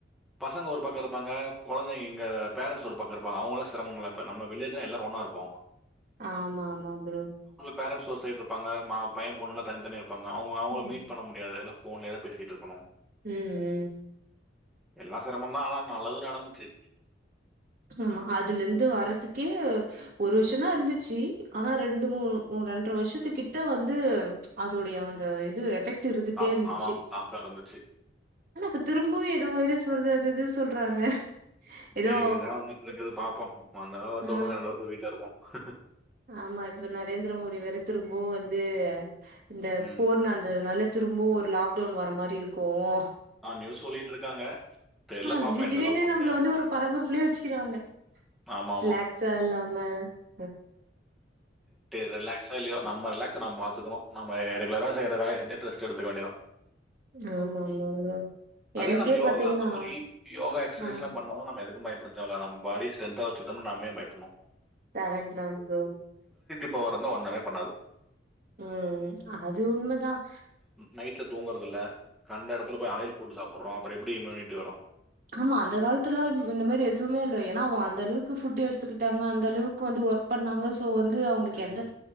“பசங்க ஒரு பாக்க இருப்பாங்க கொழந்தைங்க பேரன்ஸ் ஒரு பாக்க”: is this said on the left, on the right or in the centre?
Centre